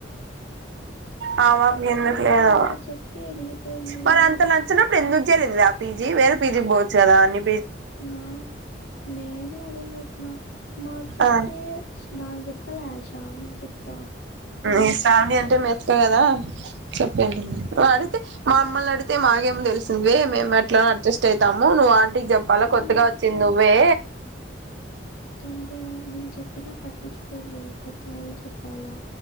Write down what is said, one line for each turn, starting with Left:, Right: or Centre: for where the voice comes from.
Right: ఆ పాపకెందుకు
Left: ఆ పిల్ల
Right: లేదు
Left: అట్లా చెప్పి వెళ్ళిపోయింది
Right: మరి
Left: వే
Right: అంత నచ్చనప్పుడు ఎందుకు చేరింద్వే ఆ పీజీ వేరే పీజీకి పోవచ్చు కదా అని
Left: నా నేను అదే చెప్పినా మాకు చెప్తే
Right: ఆ
Left: నాకు చెప్పలే శ్రావని కి జెప్పి
Right: ఈ శ్రావణి అంటే మెతుక కదా చెప్పింటుంది అడుగుతే మా మమ్మల్ని అడిగితే మాకేం తెలిసింద్వే మేము ఎట్లనో అడ్జస్ట్ అయితాము నువ్వు ఆంటికి చెప్పాలా
Left: ఉమ్
Right: కొత్తగా వచ్చింది నువ్వే.
Left: అంతేకదా మేము చెప్పినా పట్టిచ్చుకోరువే కొత్త వాళ్ళు చెప్పాలా.